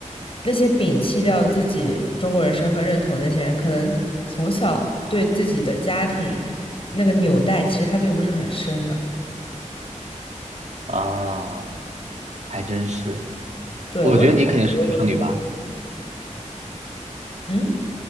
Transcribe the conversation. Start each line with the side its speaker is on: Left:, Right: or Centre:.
Left: 那些摒弃掉自己中国人身份认同的那些人，可能从小对自己的家庭。那个纽带，其实它并不是很深啊。
Right: 啊，还真是。
Left: 对，
Right: 我觉得你肯定是独生女吧？
Left: 我认识很多都是这样。嗯，